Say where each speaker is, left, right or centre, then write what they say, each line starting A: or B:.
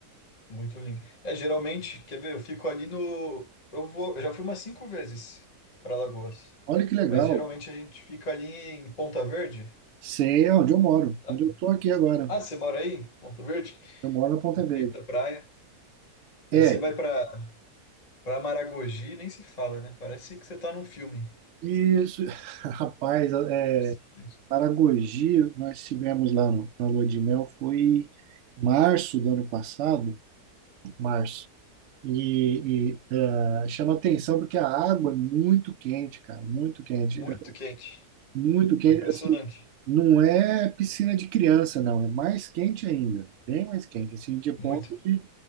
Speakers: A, on the left; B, on the right.
A: Muito lindo. É, geralmente, quer ver, eu fico ali no. Eu vou, eu já fui umas cinco vezes para Lagoas.
B: Olha que legal.
A: Mas geralmente a gente fica ali em Ponta Verde.
B: Sei onde eu moro,
A: sabe?
B: onde eu tô aqui agora.
A: Ah, você mora aí? em Ponta Verde?
B: Eu moro na Ponta Verde.
A: Bonita praia. Aí
B: É,
A: você vai para para Maragogi, nem se fala, né? Parece que você tá num filme.
B: isso, <laughs> rapaz, é,
A: Impressionante.
B: Paragogi, nós tivemos lá no- na Lua de Mel, foi em março do ano passado, março. E, e, eh, chama atenção porque a água é muito quente, cara, muito quente,
A: Muito
B: É
A: quente.
B: muito quente.
A: Impressionante.
B: Assim, não é piscina de criança, não, é mais quente ainda, bem mais quente, assim, de ponto
A: Muito.
B: de,